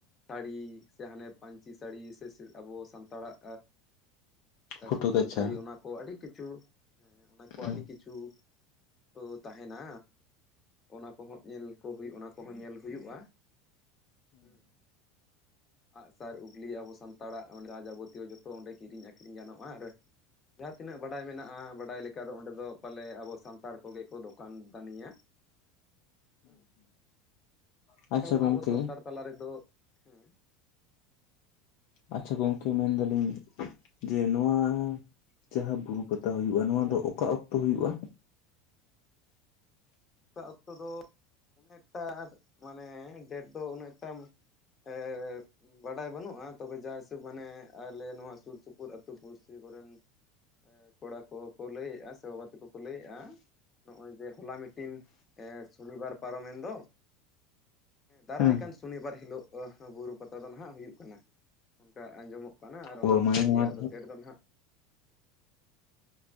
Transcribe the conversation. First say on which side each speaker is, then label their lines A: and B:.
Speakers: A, on the left; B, on the left.
A: ᱥᱟᱹᱲᱤ ᱥᱮ ᱦᱟᱱᱮᱯ ᱯᱟᱹᱧᱪᱤ ᱥᱟᱹᱲᱤ ᱥᱮ ᱟᱵᱚ ᱥᱟᱱᱛᱟᱲᱟᱜ ᱮᱸ
B: ᱯᱷᱩᱴᱟᱹ
A: ᱥᱩᱛᱟᱹᱢ
B: ᱠᱟᱪᱷᱟ
A: ᱥᱟᱹᱲᱤ ᱚᱱᱟ ᱠᱚ ᱟᱹᱰᱤ ᱠᱤᱪᱷᱩ ᱚᱱᱟ ᱠᱚ
B: ᱦᱩᱸ
A: ᱟᱹᱰᱤ ᱠᱤᱪᱷᱩ ᱛᱚ ᱛᱟᱦᱮᱱᱟ ᱚᱱᱟ ᱠᱚᱦᱚᱸ ᱧᱮᱞ ᱠᱩ ᱦᱩᱭᱩᱜ ᱚᱱᱟ ᱠᱚᱦᱚᱸ ᱧᱮᱞ ᱦᱩᱭᱩᱜ-ᱟ ᱾ ᱦᱩᱸ ᱟᱜ-ᱥᱟᱨ, ᱩᱜᱽᱞᱤ ᱟᱵᱚ ᱥᱟᱱᱛᱟᱲᱟᱜ ᱡᱟᱦᱟᱸ ᱡᱟᱵᱚᱛᱤᱭᱚ ᱡᱚᱛᱚ ᱚᱸᱰᱮ ᱠᱤᱨᱤᱧ ᱟᱹᱠᱷᱨᱤᱧ ᱜᱟᱱᱚᱜ-ᱟ ᱟᱨ ᱡᱟᱦᱟᱸ ᱛᱤᱱᱟᱹᱜ ᱵᱟᱰᱟᱭ ᱢᱮᱱᱟᱜ-ᱟ ᱵᱟᱰᱟᱭ ᱞᱮᱠᱟ ᱫᱚ ᱚᱸᱰᱮ ᱫᱚ ᱯᱟᱞᱮ ᱟᱵᱚ ᱥᱟᱱᱛᱟᱲ ᱠᱚᱜᱮ ᱠᱚ ᱫᱚᱠᱟᱱ ᱫᱟᱱᱤᱭᱟ ᱦᱩᱸ
B: ᱟᱪᱪᱷᱟ
A: ᱠᱟᱨᱚᱱ
B: ᱜᱚᱝᱠᱮ
A: ᱟᱵᱚ ᱥᱟᱱᱛᱟᱲ ᱛᱟᱞᱟ ᱨᱮᱫᱚ ᱦᱮᱸ
B: ᱟᱪᱪᱷᱟ ᱜᱚᱝᱠᱮ ᱢᱮᱱᱫᱟᱞᱤᱧ ᱡᱮ ᱱᱚᱣᱟ ᱡᱟᱦᱟᱸ ᱵᱩᱨᱩ ᱯᱟᱛᱟ ᱦᱩᱭᱩᱜᱼᱟ ᱱᱚᱣᱟ ᱫᱚ ᱚᱠᱟ ᱚᱠᱛᱚ ᱦᱩᱭᱩᱜᱼᱟ?
A: ᱚᱠᱟ ᱚᱠᱛᱚ ᱫᱚ ᱩᱱᱟᱹᱜ ᱮᱠᱴᱟ ᱢᱟᱱᱮ ᱰᱮᱴ ᱫᱚ ᱩᱱᱟᱹᱜ ᱮᱠᱴᱟ ᱮᱸᱻᱻ ᱵᱟᱰᱟᱭ ᱵᱟᱹᱱᱩᱜᱼᱟ ᱛᱚᱵᱮ ᱡᱟ ᱦᱤᱥᱟᱹᱵ ᱢᱟᱱᱮ ᱟᱞᱮ ᱱᱚᱣᱟ ᱥᱩᱨ ᱥᱩᱯᱩᱨ ᱟᱹᱛᱩ ᱯᱩᱲᱥᱤ ᱠᱚᱨᱮᱱ ᱮ ᱠᱚᱲᱟ ᱠᱚᱠᱩ ᱞᱟᱹᱭᱮᱜ-ᱟ ᱥᱮ ᱵᱟᱵᱟ ᱛᱟᱠᱚ ᱠᱚ ᱞᱟᱹᱭᱮᱜᱼᱟ ᱱᱚᱜᱼᱚᱭ ᱡᱮ ᱦᱚᱞᱟ ᱢᱤᱫ ᱴᱤᱱ ᱥᱚᱱᱤᱵᱟᱨ ᱯᱟᱨᱚᱢᱮᱱ ᱫᱚ, ᱫᱟᱨᱟᱭ
B: ᱦᱮᱸ
A: ᱠᱟᱱ ᱥᱚᱱᱤᱵᱟᱨ ᱦᱤᱞᱳᱜ ᱵᱩᱨᱩ ᱯᱟᱛᱟ ᱫᱚ ᱱᱟᱜ ᱦᱩᱭᱩᱜ ᱠᱟᱱᱟ, ᱚᱱᱠᱟ ᱟᱸᱡᱚᱢᱚᱜ ᱠᱟᱱᱟ ᱟᱨ
B: ᱚ
A: ᱚᱱᱟ
B: ᱢᱟᱱᱮ
A: ᱠᱟᱱ
B: ᱱᱚᱣᱟ
A: ᱜᱮᱭᱟ ᱟᱫᱚ ᱰᱮᱴ ᱫᱚ ᱱᱟᱦᱟᱜ